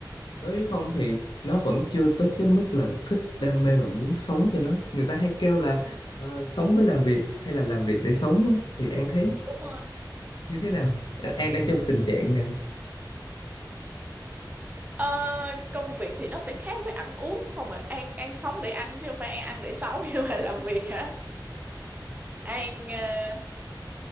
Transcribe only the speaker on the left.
đối với Phong thì nó vẫn chưa tới cái mức là thích đam mê và muốn sống cho nó người ta hay kêu là ờ, sống với làm việc hay là làm việc để sống á, thì An thấy
như thế nào An đang trong tình trạng nào